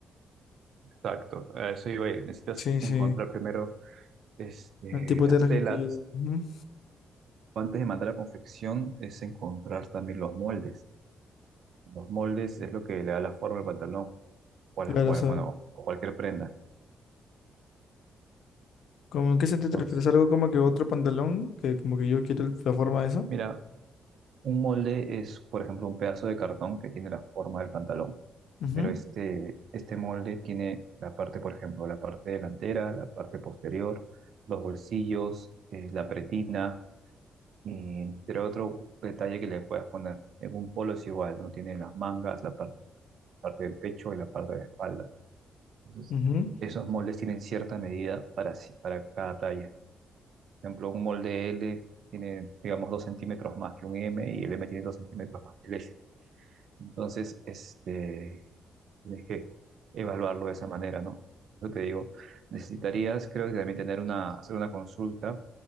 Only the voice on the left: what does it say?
sí,
sí,
el tipo
de telas
que quiero, ujú,
Claro,
o sea,
como en qué sentido
te refieres, algo como que otro pantalón, que como que yo quiero el- la forma de eso,
Ujú,
ujú.